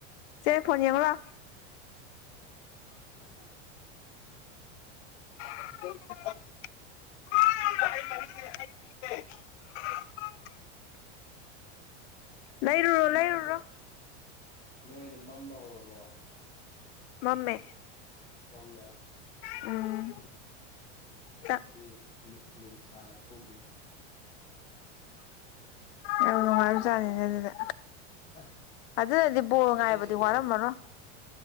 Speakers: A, on the left; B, on the left.
A: ꯁꯦ ꯐꯅꯤꯪꯂ <unintelligible> <unintelligible> ꯂꯩꯔꯨꯔꯣ ꯂꯩꯔꯨꯔꯣ
B: ꯃꯝꯕ ꯅꯣꯏꯅ ꯃꯝꯕ ꯍꯧꯔꯕꯣ
A: ꯃꯃꯦ
B: ꯃꯃꯦ
A: ꯎꯝ
B: ꯍꯣꯏꯗꯤ
A: ꯆꯥꯛ
B: ꯅꯨꯡꯁꯥ ꯊꯣꯛꯔꯤ
A: ꯌꯥꯝ ꯅꯨꯡꯉꯥꯏꯕꯖꯥꯅꯤꯅꯦ ꯑꯗꯨꯗ
B: ꯑ
A: ꯑꯗꯨꯅꯗꯤ ꯕꯣ
B: ꯀꯩꯁꯨ
A: ꯉꯥꯏꯕꯗꯤ
B: ꯅꯨꯡꯉꯥꯏꯇꯦ
A: ꯋꯥꯔꯝꯃꯅꯣ